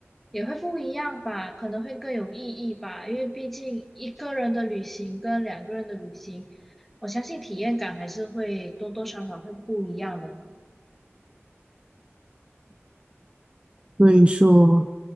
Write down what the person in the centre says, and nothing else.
也会不一样吧，可能会更有意义吧，因为毕竟一个人的旅行跟两个人的旅行，我相信体验感还是会多多少少会不一样的呢。